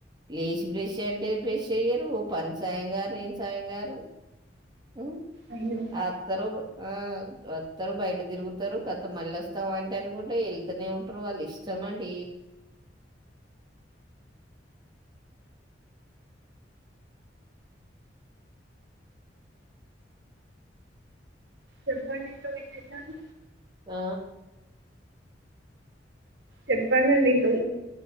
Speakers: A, on the right; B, on the right.
A: లేచి బ్రష్ అంటే బ్రష్ చెయ్యరు ఓ పని సాయం గారు ఏం సాయం గారు. మ్మ్
B: అయ్యో
A: ఆత్తరువ్ ఆ వత్తారు బయట తిరుగుతారు కతం మళ్ళీ వస్తాం అంటే అనుకుంటే వెళ్తూనే ఉంటురు వాళ్ళు ఇష్టం అండి.
B: చెప్పండి ఇంకా విశేషాలు
A: ఆ
B: చెప్పండి అండి ఇంకా